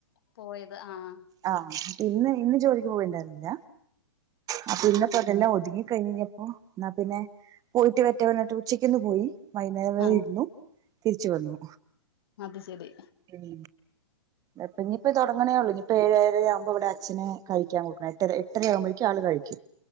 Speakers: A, on the left (about 55°); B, on the right (about 25°).
A: പോയത് ആഹ്
B: ആഹ് ഇന്ന് ഇന്ന് ജോലിക്ക് പോയിണ്ടായിരുന്നില്ല ആ പിന്നെ പ്പതെല്ലാം ഒതുങ്ങി കഴിഞ്ഞ കയ്ഞ്ഞപ്പോ എന്ന പിന്നെ പോയിട്ട് വരട്ടെ പറഞ്ഞിട്ട് ഉച്ചക്കിന്ന് പോയി വൈന്നേരം വരെ
A: ആ
B: ഇരുന്നു തിരിച്ചു വന്നു
A: അത് ശരി
B: ഉം ഇപ്പെഞ്പ്പം തൊട്ങ്ങ്ണേള്ളൂ ഇഞിപ്പോ ഏഴ് ഏഴരാവുമ്പോവടെ അച്ഛന് കഴിക്കാൻ കൊടുക്കണം എട്ടര എട്ടരയാവുമ്പോയേക്ക് ആള് കഴിക്കും